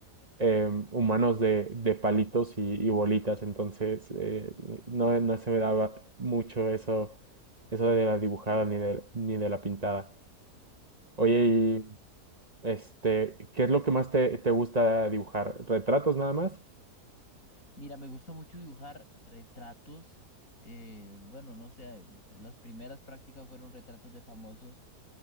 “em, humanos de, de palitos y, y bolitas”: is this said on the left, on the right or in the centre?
Right